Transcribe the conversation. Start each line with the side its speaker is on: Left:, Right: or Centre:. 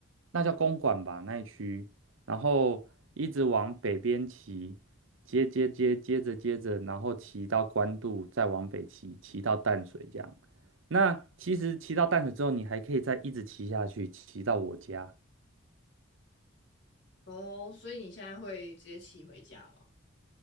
Right: 那叫公馆吧那一区，然后一直往北边骑，接接接接着接着，然后骑到官渡，再往北骑，骑到淡水这样。那其实骑到淡水之后，你还可以再一直骑下去，骑到我家。
Left: 哦，所以你现在会直接骑回家吗？